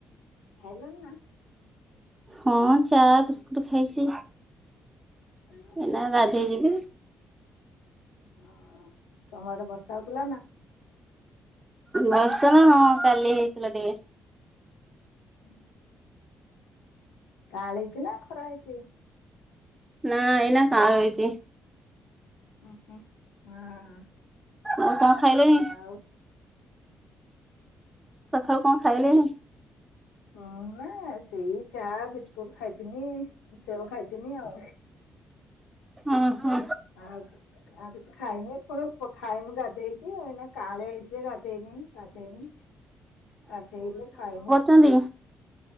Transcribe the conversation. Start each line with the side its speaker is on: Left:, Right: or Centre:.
Left: ଖାଇଲଣ ନା?
Right: ହଁ ଚା ବିସ୍କୁଟ ଖାଇଚି।
Left: ହଁ
Right: ଏଇନା ରାଧେଇ ଯିବି।
Left: ହଁ ତମ ଆଡେ ବର୍ଷା ହୋଉଥୁଲା ନା?
Right: ବର୍ଷା ହଁ କାଲି ହେଇଥିଲା ଟିକେ।
Left: ଉଁ ହୁଁ। କାଆଁଳେଇଚି ନା ଖରା ହେଇଚି?
Right: ନା ଏନା କାଆଁଳେଇଚି
Left: ଉଁ ହୁଁ ହଁ।
Right: ଆଉ କଣ ଖାଇଲେଁ?
Left: ଆଉ
Right: ସଖାଳୁ କଣ ଖାଇଲେଣି?
Left: ମୁଁ ନା ସେଇ ଚା ବିସ୍କୁଟ ଖାଇଥିନି। ମୁଁ ସେଉ ଖାଇଥିନି ଆଉ।
Right: ଅହଁ।
Left: ଆଉ କେବେ ଆଉ କିଛି ଖାଇନେଇ ପୁଣି ପ ଖାଇମି ଗାଧେଇକି ଏଇନା କାଆଁଳେ ହେଇଚି ଗାଧେଇନି ଗାଧେଇମି। ଗାଧେଇଲେ ଖାଇମୁ।
Right: ଚନ୍ତି